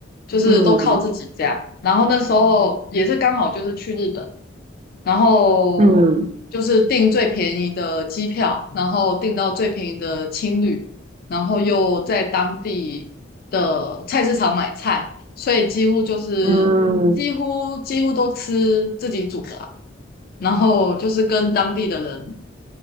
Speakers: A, on the left; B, on the right.
A: 就是都靠自己这样。
B: 嗯
A: 然后那时候也是刚好就是去日本，然后就是订最便宜的机票，
B: 嗯
A: 然后订到最便宜的青旅，然后又在当地的菜市场买菜，所以几乎就是几乎几乎都吃自己煮的啊，
B: 嗯，
A: 然后就是跟当地的人